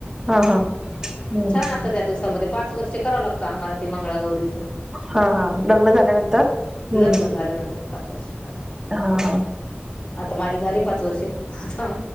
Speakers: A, on the right (about 15°); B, on the left (about 45°).
A: हा हा हम्म
B: छान असतं त्या दिवसामध्ये पाच वर्षे करावं लागतं आम्हाला ते मंगळगौरीच.
A: हा हा लग्न झाल्यानंतर. हम्म
B: लग्न झाल्यानंतर पाच वर्ष कराव लागत.
A: हा हा
B: आता माझे झाले पाच वर्ष आता.